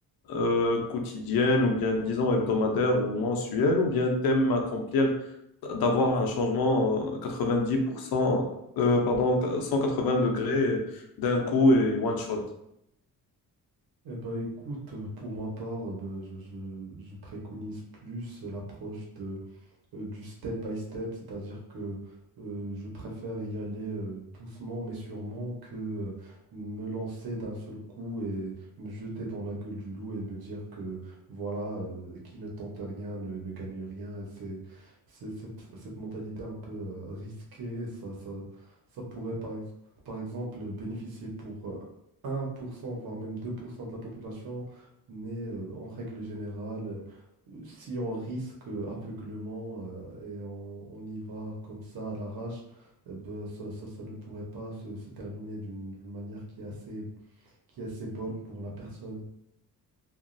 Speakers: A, on the left (about 75°); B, on the right (about 75°).
A: euh, quotidienne ou bien, disons, hebdomadaire ou mensuelle ou bien t'aimes accomplir, d'avoir un changement euh, 90%, euh, pardon, 180 degrés euh, d'un coup et one shot?
B: Eh ben, écoute, pour ma part, euh, ben, je, je- je préconise plus l'approche de euh, du step by step, c'est-à-dire que euh, je préfère y aller euh, doucement mais sûrement que euh, me lancer d'un seul coup et me jeter dans la gueule du loup et me dire que voilà, euh, qui ne tente rien ne, ne gagne rien. Et C'est, c'est cette, cette mentalité un peu euh, risquée, ça, ça, ça pourrait par, ex- par exemple bénéficier pour euh, un pour cent voire même 2% de la population, mais euh, en règle générale si on risque aveuglement euh, et on, on y va comme ça à l'arrache, eh ben, ça, ça- ça ne pourrait pas se, se terminer d'une d'une manière qui est assez, qui est assez bonne pour la personne.